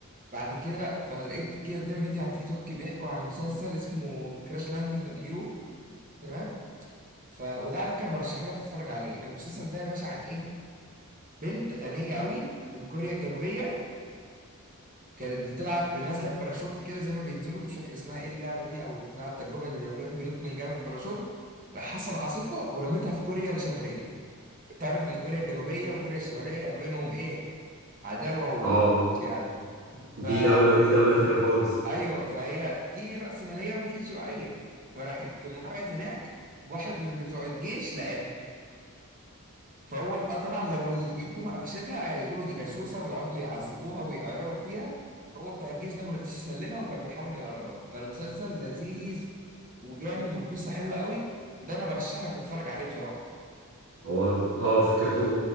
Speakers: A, on the right; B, on the right.
A: بعد كده فلقيت جه قدامي فيديو على تيك توك بيحكوا عن مسلسل اسمه كراش لاندنج اون يو تمام ف وده على فكره برشحه لك تتفرج عليه المسلسل ده يا باشا عن ايه بنت غنيه قوي من كوريا الجنوبيه كانت بتلعب بالناس لاب باراشوت كده زي ما بينزلوا مش فاكر اسمها ايه اللعبه دي او بتاع التجربه اللي بيعملوها دي بينطوا من جبل باراشوت راح حصل عاصفه ورمتها في كوريا الشماليه تعرف ان كوريا الجنوبيه وكوريا الشماليه ما بينهم ايه عداوه وموت
B: اه
A: يعني
B: دي
A: فا
B: دولة ودي دولة تانية خالص
A: ايوه فهي دي راسماليه ودي شيوعيه فراحت لما وقعت هناك واحد من بتوع الجيش لقاها فهو آه طبعا لو الحكومه قفشتها هيقولوا دي جاسوسه ويقعدوا يعذبوها ويقرروا فيها فهو بتاع الجيش ده ما رضيش يسلمها وكان بيحاول يهربها فالمسلسل لذيذ وجامد والقصه حلوه قوي ده انا برشح لك تتفرج عليه بصراحه
B: هو اه فكرته